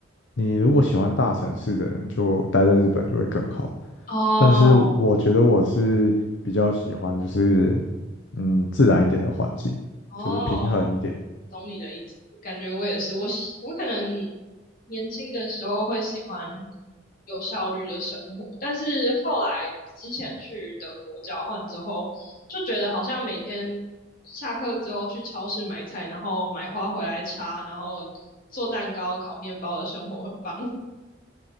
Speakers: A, on the left (about 65°); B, on the left (about 45°).
A: 你如果喜欢大城市的人，就待在日本就会更好。
B: 哦
A: 但是我觉得我是比较喜欢，就是嗯，自然一点的环境，
B: 哦，
A: 就是平衡一点。
B: 懂你的意思，感觉我也是，我喜我可能年轻的时候会喜欢有效率的生活，但是后来之前去德国交换之后，就觉得好像每天下课之后去超市买菜，然后买花回来插，然后做蛋糕、烤面包的生活很棒，<laughs>